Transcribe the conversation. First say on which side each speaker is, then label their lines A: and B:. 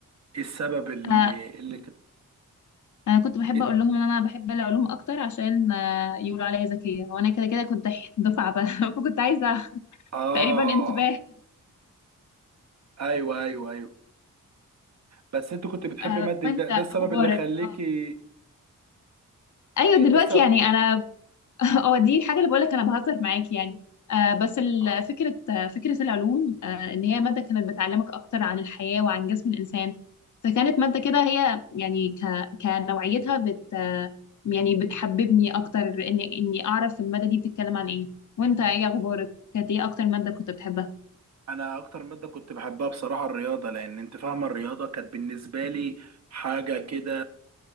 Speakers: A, on the right (about 55°); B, on the left (about 65°).
A: ايه السبب اللي
B: آه
A: اللي ك-
B: انا كنت بحب
A: إيه؟
B: اقول لهم ان انا بحب العلوم اكتر عشان آه، يقولوا عليا ذكيه وانا كده كده كنت دح- دفعه بقى <laughs> فكنت عايزه
A: اه
B: تقريبا انتباه
A: ايوه ايوه ايوه بس انت كنت بتحب
B: آه،
A: مادة
B: وانت
A: ده ده
B: اخبارك
A: السبب اللي خليكي
B: اه ايوه
A: إيه
B: دلوقتي
A: ده السبب
B: يعني انا <laughs> اه دي الحاجه اللي بقولك انا بهزر معاك يعني آه بس ال-
A: آه.
B: فكره آه، فكره العلوم آه ان هي ماده كانت بتعلمك اكتر عن الحياه وعن جسم الانسان فكانت ماده كده هي يعني ك كنوعيتها بت آه، يعني بتحببني اكتر اني اني اعرف الماده دي بتتكلم عن ايه وانت ايه اخبارك كانت ايه اكتر ماده كنت بتحبها
A: انا اكتر ماده كنت بحبها بصراحه الرياضه لان انت فاهمه الرياضه كانت بالنسبه لي حاجه كده